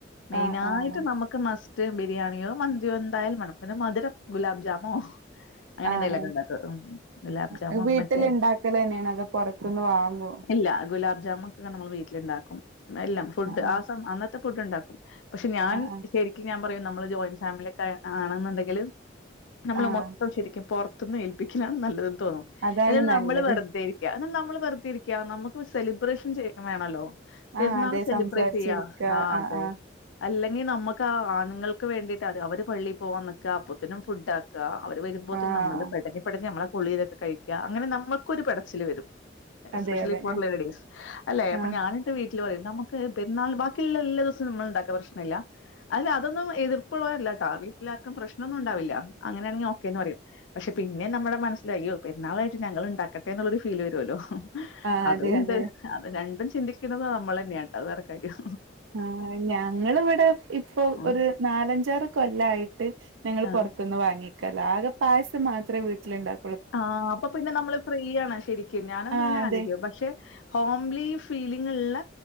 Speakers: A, on the left (about 80°); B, on the right (about 85°).
A: മെയിന
B: ആഹ് ആഹ്
A: ആയിട്ട് നമുക്ക് മസ് <unintelligible> ബിരിയാണിയോ മന്തിയോ എന്തായാലും വേണം പിന്നെ മധുരം ഗുലാബ് ജാമോ അങ്ങനെ
B: ആഹ്
A: എന്തെങ്കിലുമൊക്കെ ഉണ്ടാക്കും ഉം ഗുലാബ് ജാമൊ
B: ആഹ് വീട്ടില്
A: മറ്റേ
B: ഇണ്ടാക്കല് തന്നെയാണ് അതോ പൊറത്തുന്ന് വാങ്ങോ
A: ഇല്ല ഗുലാബ് നമ്മക്ക് നമ്മള് വീട്ടിലുണ്ടാക്കും എല്ലാം ഫുഡ്
B: ആഹ് ആഹ്
A: ആ സ അന്ന <unintelligible> ഫുടുണ്ടാക്കും പക്ഷെ ഞാൻ
B: ആഹ് ആഹ്
A: ശരിക്കും ഞാൻ പറയും നമ്മള് ജോയിന്റ് ഫാമിലി ഒക്കെ ആയി ആണെന്നുണ്ടെങ്കിൽ നമ്മള്
B: ആഹ്
A: മൊത്തം ശരിക്കും പുറ തുന്ന് ഏൽപ്പിക്കലാണ് നല്ലത് തോന്നും
B: അതാണ്
A: എന്നിട്ട്
B: നല്ലത്
A: നമ്മള് വെറുതെരിക്കുക എന്ന നമ്മള് വെറുതേരിക്ക നമുക്ക് സെലിബ്രേഷൻ ചെയ്യൻ വേണമല്ലോ പെരുന്നാൾ
B: ആഹ് അതെ
A: സെലിബ്രേറ്റ്
B: സംസാരിച്ചിരിക്ക
A: ചെയ്യാ ആ
B: ആഹ്
A: അതെ
B: ആഹ്
A: അല്ല നമുക്ക് ആണുങ്ങൾ ക്ക് വേണ്ടിട്ട് അവര് പള്ളിയിൽ പോവാൻ നിക്കുക അപ്പത്തിനും ഫുഡ് ആക്കുക അവര് വരുമ്പോത്തേനും
B: ആഹ്
A: നമ്മള് പെടഞ് പെടഞ് നമ്മള <unintelligible> ലൊക്കെ കഴിക്കുക അങ്ങനെ നമുക്കൊരു പെടച്ചില് വരും
B: അതെ
A: എസ്പെഷ്യലി
B: അതെ
A: ഫോർ ലേഡീസ് അല്ലെ
B: ആഹ്
A: അപ്പൊ ഞാനിട്ട് വീട്ടിൽ പറയും നമ്മുക് പെരുന്നാൾ ബാക്കിയുള്ള എല്ലാ ദിവസവും നമ്മൾ ഉണ്ടാക്ക പ്രശ്നമില്ലല് അതി അതൊന്നും എതിർപ്പുള്ളവരല്ല കേട്ടാ വീട്ടിലാർക്കും പ്രശ്നൊന്നും ഉണ്ടാവില്ല അങ്ങനെയാണെങ്കിൽ ഓക്കേന്ന് പറയും പക്ഷെ പിന്നെ നമ്മുടെ മനസ്സിലായി അയ്യോ പെരുന്നാളായിട്ട് ഞങ്ങള്ണ്ടാക്കട്ടെ എന്നുള്ളൊരു ഫീൽ വരുമല്ലോ
B: ആഹ്
A: അതൊണ്ട്
B: അതെ അതെ
A: അത് രണ്ടും ചിന്തിക്കുന്നത് നമ്മൾ തന്നെയാട്ടോ അത് വേറെ കാര്യം
B: ആ ഞങ്ങള് ഇവിടെ ഇപ്പോ
A: ആ
B: ഒരു നാലഞ്ചാറ് കൊല്ലായിട്ട് ഞങ്ങൾ
A: ആ
B: പുറത്തുനിന്ന് വാങ്ങി <unintelligible> ആകെ പായസം മാത്രമേ വീട്ടിലുണ്ടാക്കല്
A: ആ അപ്പൊ പിന്നെ നമ്മള് ഫ്രീ ആണ് ശരിക്കും ഞാന്
B: ആഹ്
A: ഇങ്ങനെ
B: അതെ
A: ആലോചിക്കും പക്ഷെ ഹോംലി ഫീല് ള്ള